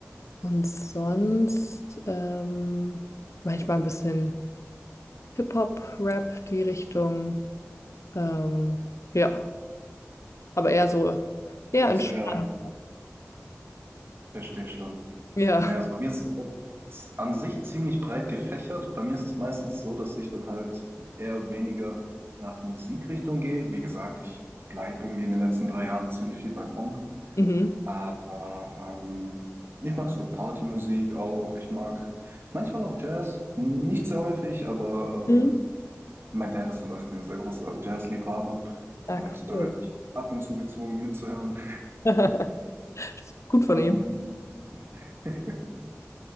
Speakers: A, on the left (about 75°); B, on the right (about 50°).
A: Und sonst ähm, manchmal ein bisschen Hip-Hop-Rap, die Richtung. Ähm, ja, aber eher so, eher
B: Also
A: entspannt.
B: eher eine. Verstehe schon.
A: Ja.
B: Naja, also bei mir ist es auch an sich ziemlich breit gefächert. Bei mir ist es meistens so, dass ich dann halt eher weniger nach Musikrichtung gehe. Wie gesagt, ich bleibe irgendwie in den letzten drei Jahren ziemlich viel bei Funk.
A: Mhm.
B: Aber ähm, ich mag so Partymusik auch. Ich mag manchmal auch Jazz, nicht sehr häufig, aber
A: Mhm.
B: ähm, mein Dad ist zum Beispiel ein sehr großer Jazzliebhaber
A: Ah,
B: und
A: cool.
B: da werde ich ab und zu gezwungen mitzuhören.
A: <laughs> Gut von
B: Ähm,
A: ihm.
B: <laughs>